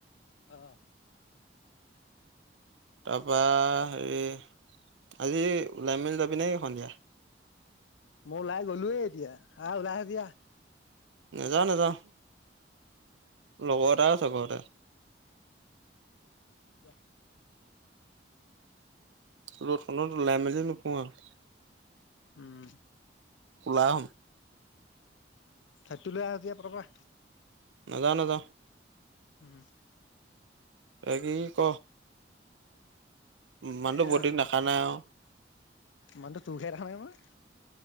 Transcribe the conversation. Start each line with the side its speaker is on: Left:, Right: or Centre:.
Left: আহ।
Right: তাৰপৰা হেৰি। আজি লাইন মিল যাবি নে সন্ধিয়া?
Left: মই ওলাই গ'লোৱে এতিয়া আহ ওলাই আহ দিয়া।
Right: নেযাওঁ নাযাওঁ লগৰ এটা আছে ঘৰতে।
Left: যোৱা।
Right: ৰ'দখনত ওলাই মেলি নুফুৰো আৰু।
Left: উম!
Right: উলাম।
Left: ছাতি লৈ আহ দিয়া পতাপত আহ।
Right: নাযাও নাযাও।
Left: উম।
Right: বাকি ক? মানুহটো
Left: এয়া
Right: বহুত
Left: আৰু
Right: দিন দেখা নাই আৰু।
Left: মানুহটো তোক হে দেখা নাই মই।